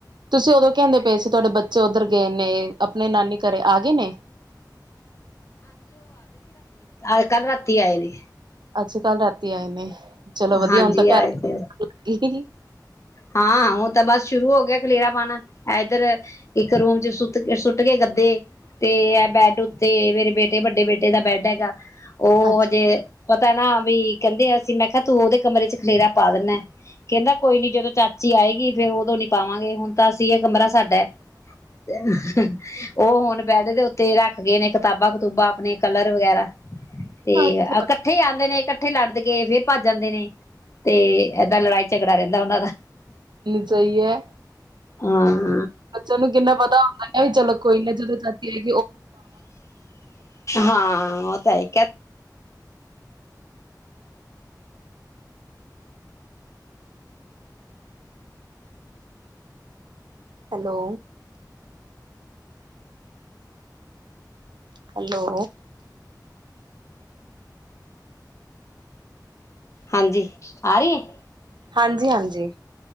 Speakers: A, on the right; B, on the left.
A: ਤੁਸੀਂ ਉਦੋਂ ਕਹਿੰਦੇ ਪਏ ਸੀ ਤੁਹਾਡੇ ਬੱਚ ਬੱਚੇ ਉਧਰ ਗਏ ਨੇ ਆਪਣੇ ਨਾਨੀ ਘਰੇ ਆ ਗਏ ਨੇ
B: ਅੱਜ ਕੱਲ ਰਾਤੀ ਆਏ ਨੇ
A: ਅੱਜ ਕੱਲ੍ਹ ਰਾਤੀ ਆਏ ਨੇ ਚਲੋ ਵਧੀਆ
B: ਹਾਂਜੀ
A: ਹੁਣ ਤਾਂ ਘਰ
B: ਆਏ ਤੇ
A: ਵੀ
B: ਹਾਂ ਉਹ ਤਾਂ ਬਸ ਸ਼ੁਰੂ ਹੋ ਗਿਆ ਖਲੇਰਾ ਪਾਣਾ ਏਧੱਰ ਇੱਕ ਰੂਮ ਚ ਸੁੱਟ ਸੁੱਟ ਕੇ ਗੱਦੇ ਤੇ ਇਹ ਬੈਡ ਉੱਤੇ ਮੇਰੇ ਬੇਟੇ ਵੱਡੇ ਬੇਟੇ ਦਾ ਬੈਡ ਹੈਗਾ। ਉਹ
A: ਅੱਛਾ
B: ਹਜੇ ਪ ਭੈਣਾ ਵੀ ਕਹਿੰਦੇ ਆ ਅਸੀਂ ਮੈਂ ਕ ਤੂੰ ਉਹਦੇ ਕਮਰੇ ਚ ਖਲੇਰਾ ਪਾ ਦਿੰਦਾ, ਕਹਿੰਦਾ ਕੋਈ ਨੀ ਜਦੋਂ ਚਾਚੀ ਆਏਗੀ ਫੇਰ ਉਦੋਂ ਨੀ ਪਾਵਾਂਗ ਹੁਣ ਤਾਂ ਅਸੀਂ ਇਹ ਕਮਰਾ ਸਾਡਾ ਉਹ ਹੁਣ ਬੈਡ ਦੇ ਉੱਤੇ ਤੇ ਰੱਖ ਗਏ ਨੇ ਕਿਤਾਬਾਂ-ਕਤੂਬਾਂ ਆਪਣੇ ਕਲਰ ਵਗੈਰਾ ਤੇ
A: ਅੱਛਾ
B: ਇਕੱਠੇ ਆਂਦੇ ਨੇ ਇਕ ਇਕੱਠੇ ਲੜਦੇ ਕੇ ਫ਼ਿਰ ਭੱਜ ਜਾਂਦੇ ਨੇ ਤੇ ਏਦਾਂ ਲੜਾਈ ਝਗੜਾ ਰਹਿੰਦਾ ਉਹਨਾਂ ਦਾ
A: ਨਹੀਂ ਸਹੀ ਏ।
B: ਹਾਂ।
A: ਬੱਚਿਆਂ ਨੂੰ ਕਿੰਨਾ ਪਤਾ ਹੁੰਦਾ ਏ ਚਲੋ ਕੋਈ ਨਾ ਜਦੋਂ ਚਾਚੀ ਆਏ।
B: ਹਾਂ ਉਹ ਤਾਂ ਹੈ ਕਿ
A: ਹੈਲੋ। ਹੈਲੋ।
B: ਹਾਂਜੀ ਆ ਰਹੀ ਹੈ।
A: ਹਾਂਜੀ-ਹਾਂਜੀ।